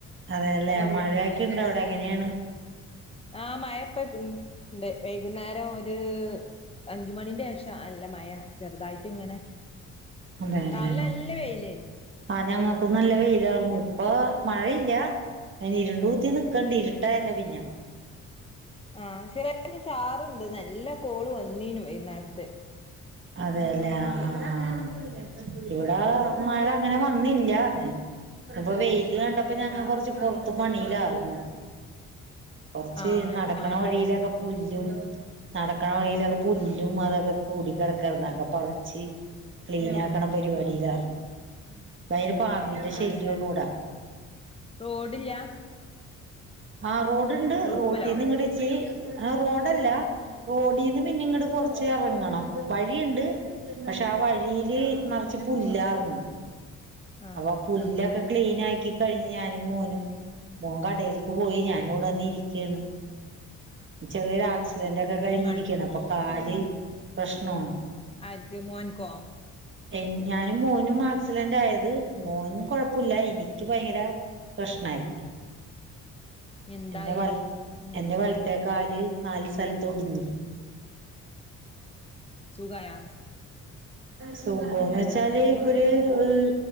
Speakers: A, on the right; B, on the left.
A: അതെല്ലെ മഴേക്കെ ഉണ്ടോ അവിടെ എങ്ങനെയാണ്
B: ആഹ് മയയിപ്പ ഉണ്ട് വൈകുന്നേരം ഒരു അഞ്ച് മണീന്റെ ശേഷം നല്ല മയ ചെറുതായിട്ട് ഇങ്ങനെ
A: അതെല്ലേ
B: രാവിലല്ല വെയിലെര്ന്ന്
A: ആഹ് ഞങ്ങക്കും നല്ല വെയിലാർന്നു ഇപ്പ മഴയില്ല അന് ഇരുണ്ടു കുത്തി നിക്കണ്ട് ഇരുട്ടാണല്ല പിന്ന
B: ആഹ് ചെറ്യായിട്ട് ചാറ്ണ്ട് നല്ല കോള് വന്നീനു വൈനേരത്തെ
A: അതേല്ലേ ആഹ് ആഹ് ഇവിടെ മഴങ്ങനെ വന്നില്യ ഇപ്പൊ വെയില് കണ്ടപ്പോ ഞങ്ങ കൊറച്ച് പൊറത്ത് പണിലാർന്നു കൊർച്ച്
B: ആഹ്
A: നടക്കണ
B: ഞാനും
A: വഴിലൊക്കെ
B: അതന്നെ
A: പുല്ലും നടക്കണ വഴിലൊക്കെ പുല്ലും
B: ആഹ് ആഹ്
A: അതൊക്കെ കൂടി കെടക് കെടന്നൊക്കെ പറിച്ച് ക്ലീനാക്ക്ണ പരിപാടിയിലാർന്നു
B: ആഹ്
A: ഭയങ്കര പാമ്പിന്റെ
B: ആഹ്
A: ശല്യാണ്
B: ആരവേ
A: വിട
B: റോഡില്ല
A: ആഹ് റോഡ്ണ്ട്
B: റോട്ടുമ്മലോ
A: റോട്ടീന്നിങ്ങട്ടിച്ചിരി എ ഹ് റോഡല്ല റോഡീന്ന് പിന്നെ ഇങ്ങട് കൊറച്ച് എറങ്ങണം വഴിയിണ്ട് പക്ഷെ ആ വഴിയില് നർച്ച് പുല്ലാർന്നു
B: ആഹ്
A: അപ്പൊ പുല്ലൊക്കെ ക്ലീനാ ക്കി കഴിഞ് ഞാനും മോനും മോൻ കടേൽ പോയി ഞാനിവിടെവന്ന് ഇരിക്കേണ് ചെറിയൊരാക്സിഡന്റ്
B: ആഹ്
A: ഒക്കെ കഴിഞ്ഞിരിക്കേണ്
B: ഈ മ
A: അപ്പൊ കാല് പ്രശ്നോണ്
B: ആർക്ക് മോൻകോ
A: എൻ ഞാനും മോനും ആക്സിഡന്റായത്. മോൻ കൊഴപ്പുല്ല എനിക്ക് ഭയങ്കര പ്രശ്നായി
B: എന്തായി
A: എറെ വൽ
B: എന്താ
A: എന്റെ വലത്തേക്കാല് നാല് സ്ഥലത്ത് ഒടിഞ്ഞ്
B: സുഖായ
A: സുഖോന്ന് വെച്ചാല് ഇപ്പൊര് ഈ ഹ്